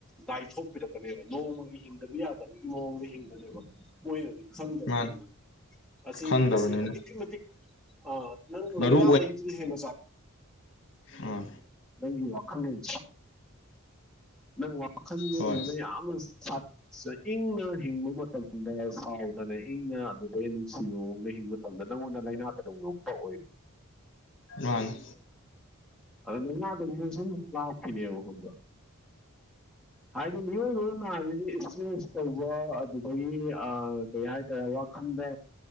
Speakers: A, in the centre; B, on the left (about 60°).
A: ꯂꯥꯏꯊꯣꯛꯄꯤꯔꯛꯄꯅꯦꯕ ꯅꯣꯡꯃꯒꯤ ꯍꯤꯡꯗꯕ ꯌꯥꯗꯕꯒꯤ ꯅꯣꯡꯃꯗꯤ ꯍꯤꯡꯕꯅꯦꯕ ꯀꯣꯏꯅꯗꯤ ꯈꯪꯗꯕꯅꯤꯅ
B: ꯃꯥꯅꯦ
A: ꯑꯁꯤ
B: ꯈꯪꯗꯕꯅꯤꯅ
A: ꯑꯁꯤ ꯑꯗꯨꯛꯀꯤ ꯃꯇꯤꯛ ꯑ ꯅꯪ ꯂꯥꯏꯅꯥꯗꯩꯗꯨ
B: ꯃꯔꯨ
A: ꯍꯦꯟꯅ ꯆꯥ
B: ꯎꯝ
A: ꯅꯪꯒꯤ ꯋꯥꯈꯜꯂꯣꯟ ꯅꯪ ꯋꯥꯈꯜꯗꯗꯨꯅ
B: ꯍꯣꯏ
A: ꯌꯥꯝꯅ ꯁꯥꯠ ꯆ ꯏꯪꯅ ꯍꯤꯡꯕ ꯃꯇꯝꯗ ꯁꯥꯎꯗꯅ ꯏꯪꯅ ꯑꯗꯨꯗꯩ ꯅꯨꯡꯁꯤꯅꯧꯑꯣꯡꯅ ꯍꯤꯡꯕ ꯑꯗꯨꯗ ꯅꯪꯉꯣꯟꯗ ꯂꯥꯏꯅꯥ ꯀꯗꯧ ꯂꯨꯞ ꯄꯛꯑꯣꯏ
B: ꯃꯥꯟꯅꯤ
A: ꯑꯗꯨꯨꯝ <unintelligible> ꯂꯥꯛꯅꯦꯅꯤ ꯍꯕ ꯍꯥꯏꯗꯤ ꯃꯤꯑꯣꯏꯕꯅ ꯅꯨꯉꯥꯏꯕꯗꯤ ꯏꯟꯁꯨꯔꯦꯟꯁ ꯇꯧꯕ ꯑꯗꯨꯒꯤ ꯑ ꯀꯩ ꯍꯥꯏꯇꯥꯔꯦ ꯋꯥꯈꯟꯗ